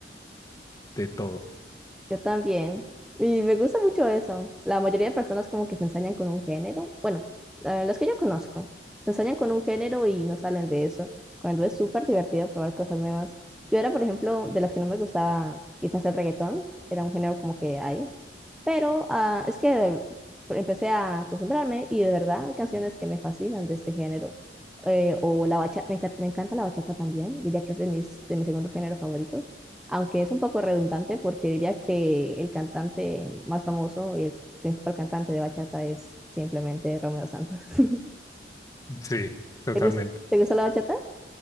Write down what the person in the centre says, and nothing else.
Yo también. Y me gusta mucho eso. La mayoría de personas como que se ensañan con un género. Bueno, eh, los que yo conozco, se ensañan con un género y no salen de eso, cuando es súper divertido probar cosas nuevas. Yo era, por ejemplo, de las que no me gustaba quizás el reggaetón, era un género como que hay, pero ah, es que empecé a acostumbrarme y de verdad hay canciones que me fascinan de este género. Eh, o la bachata, me, enca- me encanta la bachata también, diría que es de mis, de mi segundo género favorito aunque es un poco redundante porque diría que el cantante más famoso y el principal cantante de bachata es simplemente Romeo Santos. <laughs>
¿Te gus- te gusta la bachata?